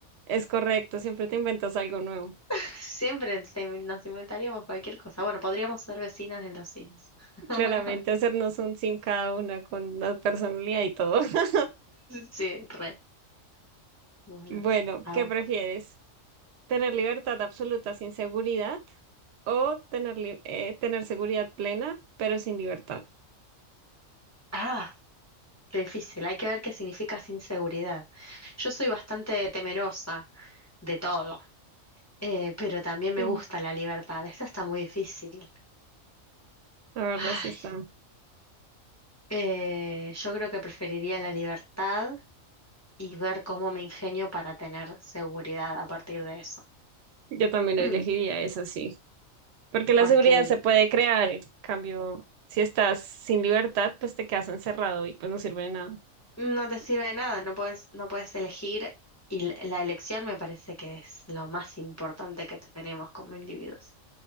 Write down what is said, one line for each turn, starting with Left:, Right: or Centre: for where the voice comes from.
Right: Es correcto, siempre te inventas algo nuevo.
Left: <laughs> Siempre te- nos inventaríamos cualquier cosa. Bueno, podríamos ser vecinas en los Sims. <laughs>
Right: Claramente hacernos un Sim cada una con la personalidad y todo. <laughs>
Left: Sí, re. Bueno,
Right: Bueno,
Left: a
Right: ¿qué
Left: ver.
Right: prefieres? ¿Tener libertad absoluta sin seguridad o tener, li- eh, tener seguridad plena pero sin libertad?
Left: Ah, qué difícil. Hay que ver qué significa sin seguridad. Yo soy bastante temerosa. de todo, Eh, pero también me
Right: Sí,
Left: gusta la libertad. Esta está muy difícil.
Right: la verdad
Left: Ay,
Right: sí está.
Left: eh, yo creo que preferiría la libertad y ver cómo me ingenio para tener seguridad a partir de eso.
Right: Yo también elegiría
Left: Mm,
Right: eso, sí. Porque la
Left: Porque
Right: seguridad se puede crear, en cambio, si estás sin libertad, pues te quedas encerrado y pues no sirve de nada.
Left: no te sirve de nada, no puedes, no puedes elegir y la la elección me parece que es lo más importante que tenemos como individuos.